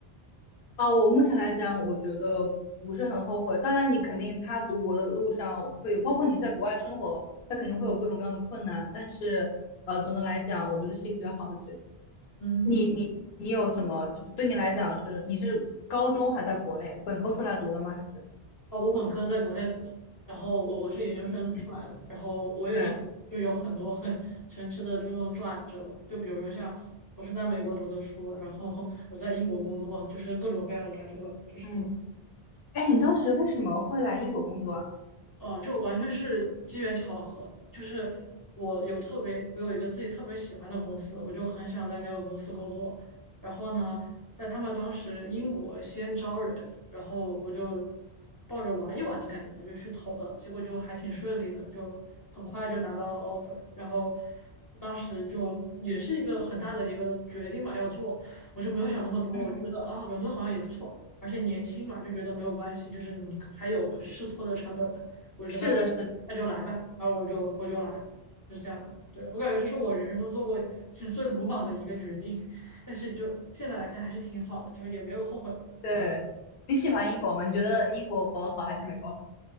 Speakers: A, on the left; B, on the left.
A: 哦，我目前来讲，我觉得不是很后悔。当然，你肯定他读博的路上会有，包括你在国外生活，他肯定会有各种各样的困难。但是，呃，总的来讲，我觉得是一个比较好的决定。
B: 嗯，
A: 你你你有什么？就是对你来讲是，你是高中还在国内本科出来读的吗？还是？
B: 哦，我本科在国内读的，然后我我是研究生出来的，
A: 嗯
B: 然后我也是就有很多很神奇的这种转折吧，
A: 对，
B: 就比如说像我是在美国读的书，然后我在英国工作，就是各种各样的转折吧，就是。
A: 嗯哎，你当时为什么会来英国工作啊？
B: 哦，就完全是机缘巧合。就是我有特别，我有一个自己特别喜欢的公司，我就很想在那个公司工作。然后呢，在他们当时英国先招人，然后我就抱着玩一玩的感觉嘛，就去投了。结果就还挺顺利的，就很快就拿到了 offer。然后当时就也是一个很大的一个决定嘛，要做，我就没有想那么多，
A: 嗯，
B: 我就觉得啊，伦敦好像也不错。而且年轻嘛，就觉得没有关系，就是你还有试错的成本嘛。我就说那就那就来吧，
A: 是的，是的，
B: 然后我就我就来了就是这样的。对，我感觉这是我人生中做过是最鲁莽的一个决定，<laughs> 但是就现在来看还是挺好的，就是也没有后悔。
A: 对。你喜欢英国吗？你觉得英国好还是美国好？